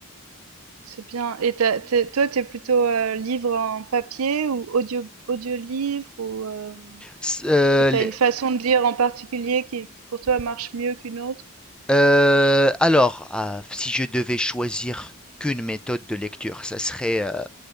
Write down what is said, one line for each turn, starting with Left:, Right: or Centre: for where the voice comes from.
Right: C'est bien. Et t'as, t'es, toi, t'es plutôt euh, livre en papier ou audio audio livre ou euh,
Centre: S- euh,
Right: Est-ce que tu
Centre: les-
Right: as une façon de lire en particulier qui, qui pour toi marche mieux qu'une autre?
Centre: euh, alors, ah, si je devais choisir qu'une méthode de lecture, ça serait euh,